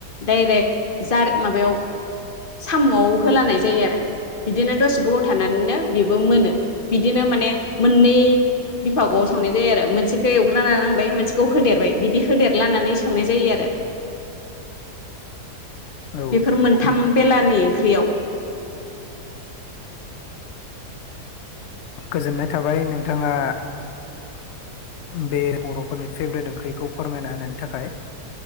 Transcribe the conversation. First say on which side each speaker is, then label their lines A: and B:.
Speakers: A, on the left (about 35°); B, on the left (about 65°).
A: डाइरेक्ट जार माबायाव सामआव। होलानाय जायो आरो बिदिनो दसे गोबाव थानानैनो बेबो मोनो। बिदिनो माने मोनै बिफा गआव सावनाय जाया। मोनसेखौ एवग्रना लांबाय मोनसेखौ। होदेरबाय बिदि होदेरलानानै स संनाय जायो आरो
B: औ
A: बेफोर मोनथाम। बेलानि। ख्रियाव
B: गोजोननाय थाबाय नोंथाङा बे बर'फोरनि फेभ्रेट ओंख्रिखौ फोरमायना होनायनि थाखाय